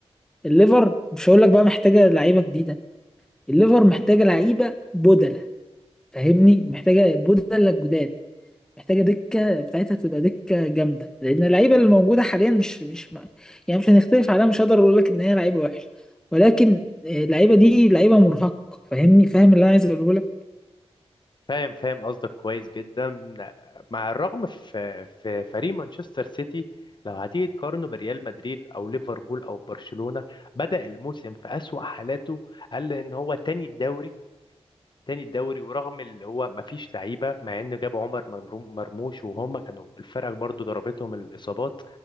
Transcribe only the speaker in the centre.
فالليفر مش هقول لك بقى محتاجة لعيبة جديدة الليفر محتاجة لعيبة بدل فاهمني محتاجه بدل جداد محتاجه دكه بتاعتها تبقى دكه جامده لان اللعيبه اللي موجوده حاليا مش مش ما يعني مش هنختلف عليها مش هقدر اقول لك ان هي لعيبه وحشه ولكن آه، اللعيبه دي لعيبه مرهقه فاهمني فاهم اللي انا عايز اقوله لك